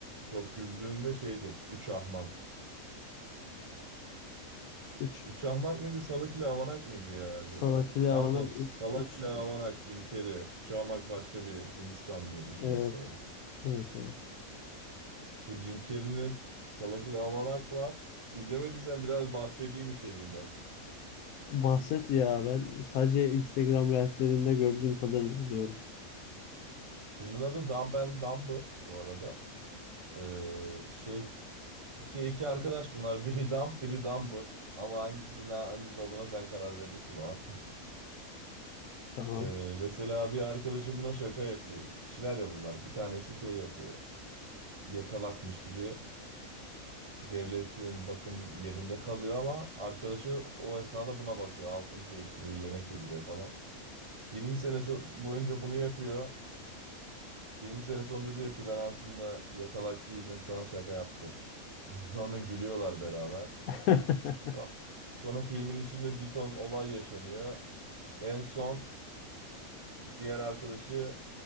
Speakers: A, on the right (about 25°); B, on the left (about 80°).
A: çok güldüğüm de şeydir. Üç Ahmak. S-
B: 3
A: Uçahmak mıydı, Salak ile Avanak mıydı ya acaba?
B: Salakili Havana
A: Pardon, Salak
B: 3
A: ile Avanak Jim Carrey. Uçahmak başka bir Hindistanlı bir filmdi
B: evet.
A: sanırım.
B: Evet evet.
A: Bu Jim Carrey'nin Salak ile Avanak var. İzlemediysen biraz bahsedeyim içeriğinden.
B: Bahset ya ben sadece Instagram Reels'lerinde gördüğüm kadarını biliyorum.
A: Filmin adı Dumb and Dumber bu arada. Ee, şey iki, iki arkadaş bunlar. Biri Dumb, biri Dumber. Ama hangisinin hangisi olduğuna sen karar verirsin o an. <laughs>
B: Tamam.
A: Ee, mesela bir arkadaşı buna şaka yapıyor. İki kişiler ya bunlar. Bir tanesi şey yapıyor yatalakmış gibi. devletin bakım yerinde kalıyor ama arkadaşı o esnada buna bakıyor. Altını değiştiriyor, yemek yediriyor falan. 20 sene so- boyunca bunu yapıyor. 20 sene sonunda diyor ki ben aslında yatalak değildim, sana şaka yaptım. <laughs> Sonra gülüyorlar beraber.
B: <laughs>
A: Son- sonra filmin içinde bir ton olay yaşanıyor. En son diğer arkadaşı